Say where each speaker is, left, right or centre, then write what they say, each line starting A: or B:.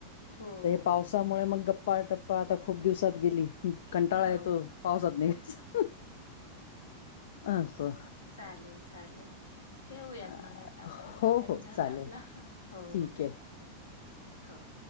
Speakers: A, on the left; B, on the left.
A: हो,
B: ते हे पावसामुळे
A: हो.
B: मग गप्पा-टप्पा, आता खूप दिवसात गेली. कंटाळा
A: हो,
B: येतो पावसात निघ्यायचा असं
A: चालेल-चालेल ठेवयात
B: अ,
A: मग आता आपण,
B: हो
A: टाइम
B: हो
A: झाला
B: चालेल
A: आपला, हो-हो.
B: ठीक आहे